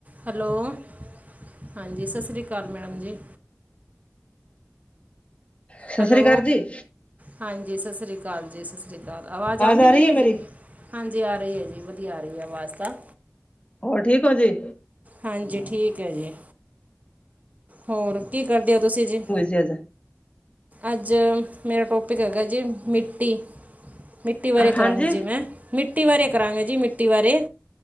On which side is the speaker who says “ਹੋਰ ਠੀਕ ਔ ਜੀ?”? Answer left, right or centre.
Left